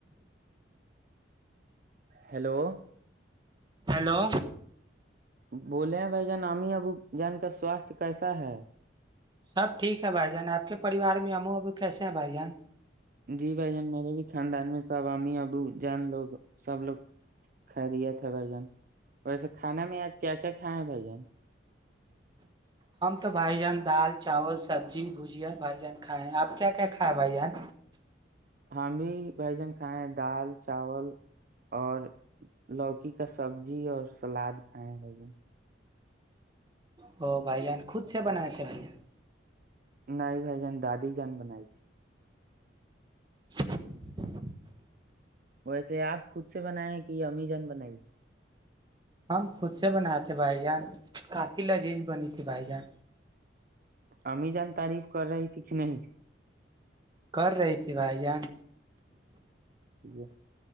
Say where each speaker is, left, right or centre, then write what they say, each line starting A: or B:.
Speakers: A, on the right; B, on the right.
A: ہیلو
B: ہیلو
A: بولے بھائی جان ااممی ابو جان کا سواستھ کیسا ہے
B: سب ٹھیک ہے بھائی جان آپ کے پریوار میں امو ابو کیسے ہیں بھائی جان
A: جی بھ جان میرے بھی خاندان میں سب امی ابو جان لوگ سب لوگ خریت ہے بھ جن ویسے کھانا میں آج کیا کیا کھائے ہے بھائی جن
B: ہم تو بھائی جان دال چاول سبزی بجیا بھائی جان کھائے ہیں آپ کیا کیا کھ بھائی جان
A: ہم بھی بھجن کھائے ہیں دال چاول اور لوکی کا سبزی اور سلاد کھائے ہیں بھائیجن
B: ہو بھ جان خود سے بنایا تھ بھ ج
A: نہیں بھائی جان دادی جان بنائی تھی
B: <inaudible>
A: ویسے آپ خود سے بنائے کہ امی جان بنائی
B: ہم خود سے بن تھے بھائی جان کافی لذیذ بنی تھی بھائی جان
A: امی جان تعریف کر رہی تھی کہ نہیں
B: کر رہی تھی بھائی جان
A: ج